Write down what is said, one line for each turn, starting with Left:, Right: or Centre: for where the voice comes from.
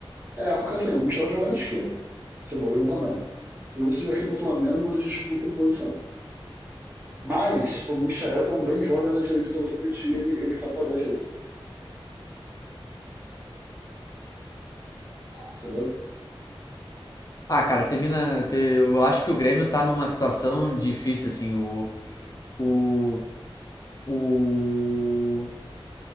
Right: É, porque assim, o Michel joga na esquerda. O Cebolinha também. Por isso aqui no Flamengo eles disputam posição. Mas o Michel também joga na direita. Se você pedir, ele, ele sabe fazer a direita. Entendeu?
Left: Ah, cara, termina. te- Eu acho que o Grêmio tá numa situação difícil, assim. O. O. o...